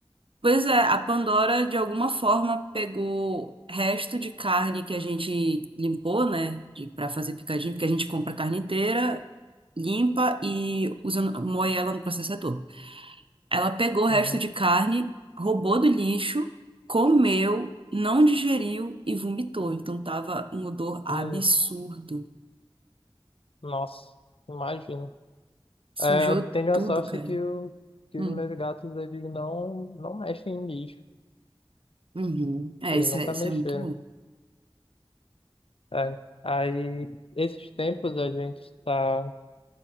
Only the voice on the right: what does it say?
Pois é, a Pandora de alguma forma pegou resto de carne que a gente limpou, né? De, pra fazer picadinho, porque a gente compra carne inteira, limpa e usa, moe ela no processador. Ela pegou o resto
de carne, roubou do lixo, comeu, não digeriu e vomitou. Então tava um odor absurdo.
Sujou
tudo,
cara.
Hum.
Uhum. É,
isso
é, isso
é muito bom.